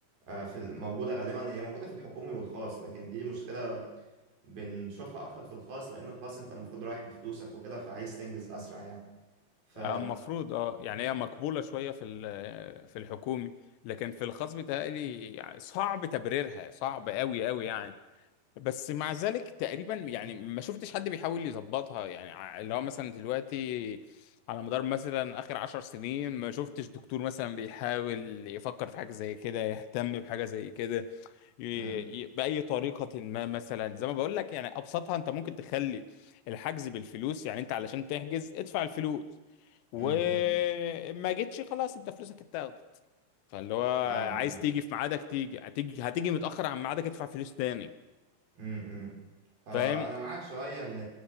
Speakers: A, on the right; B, on the left.
A: آه، في الموجودة غالبا هي موجودة في الحكومي والخاص لكن دي مشكلة بنشوفها أكتر في الخاص لأن الخاص أنت المفروض رايح بفلوسك وكده فعايز تنجز أسرع يعني ف
B: آه، المفروض اه يعني هي مقبولة شوية في ال- في الحكومي لكن في الخاص بيتهيألي يعني صعب تبريرها صعب قوي قوي يعني بس مع ذلك تقريبا يعني ما شفتش حد بيحاول يظبطها يعني ع- اللي هو مثلا دلوقتي على مدار مثلا اخر عشر سنين ما شفتش دكتور مثلا بيحاول يفكر في حاجة زي كده يهتم بحاجة زي كده ي-
A: امم
B: ي- بأي طريقة ما مثلا زي ما بقول لك يعني أبسطها أنت ممكن تخلي الحجز بالفلوس يعني أنت علشان تحجز ادفع الفلوس وما
A: امم
B: جيتش خلاص أنت فلوسك اتاخدت فاللي هو
A: فاهمك
B: عايز تيجي في ميعادك تيجي هتيجي هتيجي متأخر عن ميعادك ادفع فلوس تاني
A: امم آه
B: فاهم
A: انا معاك شويه ان